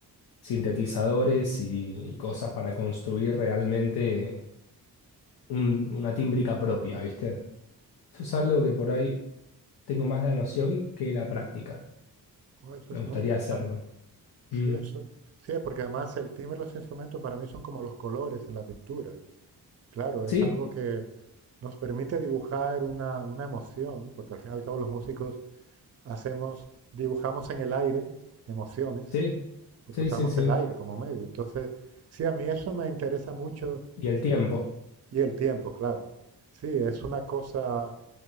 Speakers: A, on the left; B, on the right.
A: sintetizadores y, y cosas para construir realmente un- una tímbrica propia, ¿viste? Eso es algo que por ahí tengo más la noción que la práctica.
B: Oh, eso
A: Me
B: es
A: gustaría
B: muy interesante.
A: hacerlo.
B: Sí,
A: Mm.
B: eso, sí, porque además el timbre de los instrumentos para mí son como los colores en la pintura. Claro, es
A: Sí,
B: algo que nos permite dibujar una, una emoción, porque al fin y al cabo los músicos hacemos, dibujamos en el aire emociones,
A: sí,
B: porque
A: sí,
B: usamos
A: sí, sí.
B: el aire como medio. Entonces, sí, a mí eso me interesa mucho
A: Y el tiempo.
B: y el tiempo, claro. Sí, es una cosa,